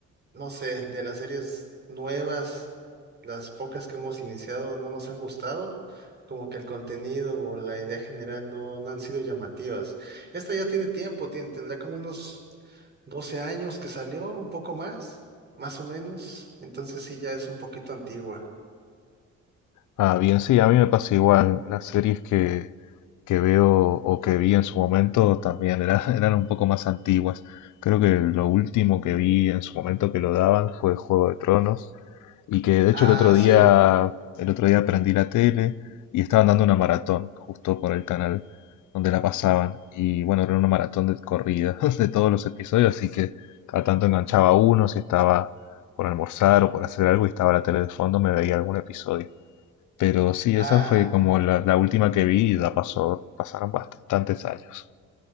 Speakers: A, on the right; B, on the left.
A: no sé, de las series nuevas, las pocas que hemos iniciado no nos han gustado. Como que el contenido o la idea general no, no han sido llamativas. Esta ya tiene tiempo, tien- tendrá como unos 12 años que salió, un poco más, más o menos. Entonces sí, ya es un poquito antigua.
B: Ah, bien, sí, a mí me pasa igual. Las series que, que veo o que vi en su momento también eran, <laughs> eran un poco más antiguas. Creo que lo último que vi en su momento que lo daban fue Juego de Tronos y que de
A: Ah,
B: hecho el otro día,
A: sí.
B: el otro día prendí la tele y estaban dando una maratón justo por el canal donde la pasaban y bueno, era una maratón de corrida <laughs> de todos los episodios, así que cada tanto enganchaba uno si estaba por almorzar o por hacer algo y estaba la tele de fondo, me veía algún episodio. Pero sí,
A: Ah.
B: esa fue como la, la última que vi y ya pasó, pasaron bastantes años.